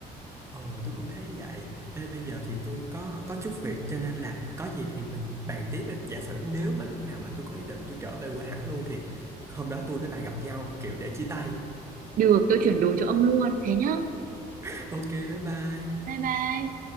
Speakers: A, on the right; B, on the right.
A: ồ tôi cũng thấy vậy. Ê, bây giờ thì tôi có có chút việc cho nên là có gì thì mình bàn tiếp đi. Giả sử nếu mà lúc nào mà tôi có ý định tôi trở về quê hẳn luôn thì hôm đó tôi với bà gặp nhau kiểu để chia tay.
B: Được, tôi chuyển đồ cho ông luôn. Thế nhá.
A: <laughs> Ok, bye bye.
B: Bye bye.